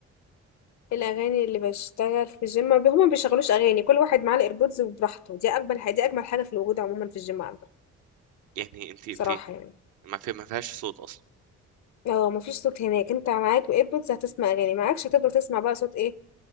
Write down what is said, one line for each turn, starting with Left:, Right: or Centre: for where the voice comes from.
Left: الأغاني اللي بشتغل في الجيم ما بي- هما ما بيشغلوش أغاني كل واحد معاه الإيربودز وبراحته دي أجمل حاجة دي أجمل حاجة في الوجود عموما في الجيم عندك
Right: يعني انت انت
Left: بصراحة يعني
Right: ما في ما فيهاش صوت اصلا
Left: اه مفيش صوت هناك انت معاك ايربودز هتسمع أغاني معاكش هتفضل تسمع بقى صوت ايه